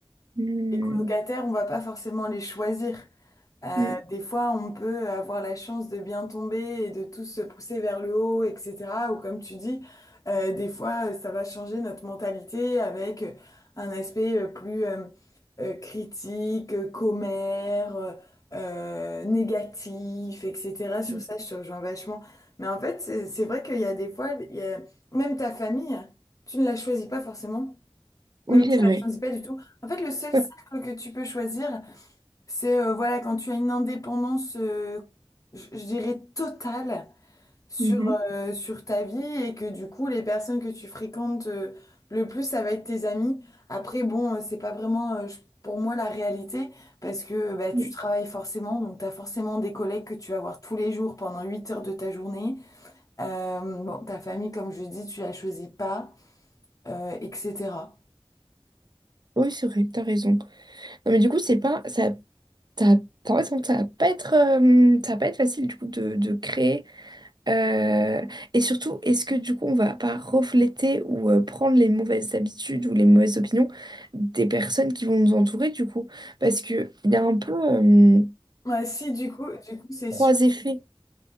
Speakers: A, on the right; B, on the left.
A: hmm,
B: Les colocataires, on va pas forcément les choisir. Euh,
A: hmm.
B: des fois, on peut avoir la chance de bien tomber et de tous se pousser vers le haut, etc. Ou comme tu dis, euh, des fois, euh, ça va changer notre mentalité avec euh, un aspect euh, plus euh, euh, critique, euh, commère, euh, euh, négatif, etc. Sur
A: hmm.
B: ça, je te rejoins vachement. Mais en fait, c'est c'est vrai qu'il y a des fois, il y a- même ta famille, tu ne la choisis pas forcément.
A: Oui,
B: Même tu
A: c'est vrai.
B: la choisis pas du tout. En fait, le seul
A: Ouais.
B: cercle que tu peux choisir, c'est euh, voilà quand tu as une indépendance, euh, je, je dirais totale sur
A: Mhm.
B: euh, sur ta vie et que du coup les personnes que tu fréquentes euh, le plus, ça va être tes amis. Après, bon, euh, c'est pas vraiment euh, je- pour moi la réalité parce que euh, bah, tu
A: Hmm.
B: travailles forcément, donc tu as forcément des collègues que tu vas voir tous les jours pendant 8 heures de ta journée. Euh, bon, ta famille, comme je dis, tu la choisis pas, euh, etc.
A: Oui, c'est vrai, t'as raison. Non, mais du coup, c'est pas, ça, ça, en fait, ça va pas être, euh, ça va pas être facile du coup de, de créer. Euh, et surtout, est-ce que du coup, on va pas refléter ou euh, prendre les mauvaises habitudes ou les mauvaises opinions des personnes qui vont nous entourer du coup? Parce que il y a un peu euh,
B: Bah, si, du coup, du coup, c'est
A: trois
B: sûr.
A: effets.